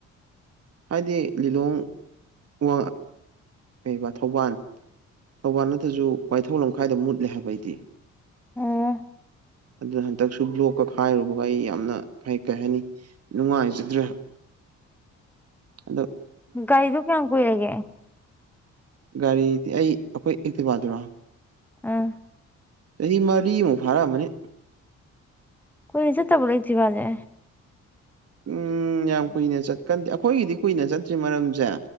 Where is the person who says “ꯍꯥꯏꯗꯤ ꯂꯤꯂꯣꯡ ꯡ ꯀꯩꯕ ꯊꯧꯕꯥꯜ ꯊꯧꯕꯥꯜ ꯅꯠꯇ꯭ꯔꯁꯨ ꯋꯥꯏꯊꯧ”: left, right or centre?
Right